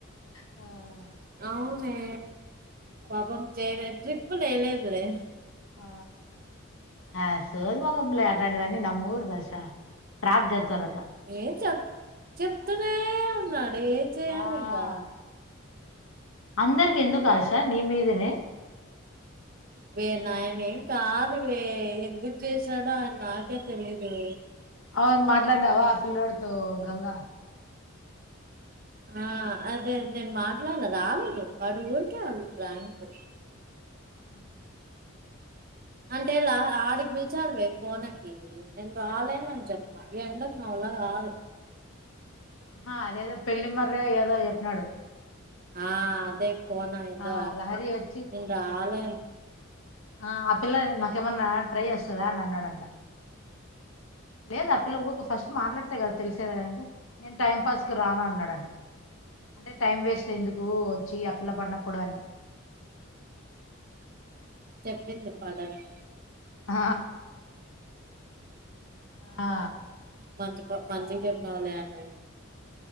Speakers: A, on the left (about 85°); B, on the right (about 45°).
A: ఆ
B: అవునే పాపం చేయాలె ట్రిప్పులేయలేదులే
A: ఆ ఆ సోది మొకమ్ది లే అట్లాంటివన్నీ నమ్మకూడదు ఆశ ట్రాప్ చేస్తారు లే
B: ఏం చెప్ చెప్తూనే ఉన్నాడు అప్పుడే ఏం చేయాలింగా
A: ఆ అందరికి ఎందుకు ఆశ నీమదనే
B: వే ఆయన ఏం కాదు వే ఎందుకు చేశాడో ఆయన నాకే తెలిదు
A: అవును మాట్లాడినావా ఆ పిల్లోడితో గంగ
B: ఆ అదే నేను మాట్లాడలే రాలేదు వాడు ఊరికే అలా ప్రాంకు
A: హా
B: అంటే ఇలా ఆడి పిలచాలి పోయి కోనకి నేను రాలేన అని చెప్పన్నా ఎండకు నావల్లా కాదు
A: ఆ అదేదో పెళ్లి మర్రె ఏదో చెప్పినాడు
B: ఆ అదే కోనా ఏందో
A: ఆ లహరి వచ్చి
B: నేను రాలేను
A: ఆ ఆపిల్ల నా కేమన్నా ట్రై చేస్తుందా అని అన్నాడంట లేదా ఆ పిల్ల ఊరుక ఫస్ట్ మాట్లాడితే కదా తెలిసేది నేను టైం పాస్కి రాను అన్నాడంట అంటే టైం వేస్ట్ ఎందుకు వచ్చి ఆ పిల్ల పడినప్పుడు అని
B: చెప్పింది పాద న
A: ఆ ఆ
B: మంచి మంచిగా చెప్పినావులే అన్న